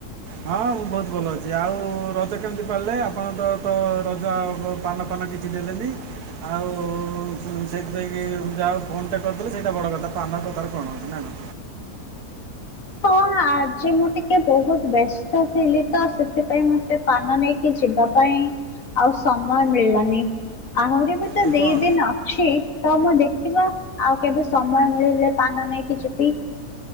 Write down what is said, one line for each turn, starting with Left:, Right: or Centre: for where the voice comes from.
Right: ହଁ ମୁଁ ବହୁତ ଭଲ ଅଛି। ଆଉ ରଜ କେମିତି ପିଲେ ଆପଣ ତ ତ ରଜ ପାନ ଫାନ କିଛି ଦେଲେନି ଆଉ ସେଇଥିପାଇଁ ଯାହା ହଉ ଫୋନଟେ କରିଦେଲେ ସେଇଟା ବଡ଼ କଥା ପାନ କଥାରେ କଣ ଅଛି ନା କଣ।
Left: ହଁ ଆଜି ମୁଁ ଟିକେ ବହୁତ ବ୍ୟସ୍ତ ଥିଲି ତ ସେଥିପାଇଁ ମତେ ପାନ ନେଇକି ଯିବା ପାଇଁ ଆଉ ସମୟ ମିଳିଲନି। ଆହୁରି ତ
Right: ଆଉ
Left: ଦି
Right: କଣ
Left: ଦିନ ଅଛି। ତ ମୁଁ ଦେଖିବା ଆଉ କେବେ ସମୟ ମିଳିଲେ ପାନ ନେଇକି ଯିବି।